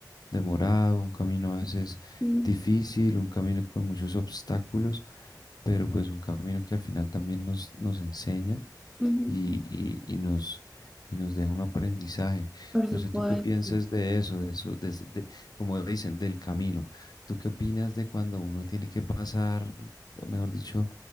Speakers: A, on the left; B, in the centre.
A: demorado, un camino a veces
B: sí,
A: difícil, un camino con muchos obstáculos, pero pues un camino que al final también nos, nos enseña
B: ujú,
A: y, y- y nos, y nos deja un aprendizaje.
B: Por supuesto.
A: No sé tú qué piensas de eso, de eso, de, de- como dicen, del camino. ¿Tú qué opinas de cuando uno tiene que pasar, mejor dicho,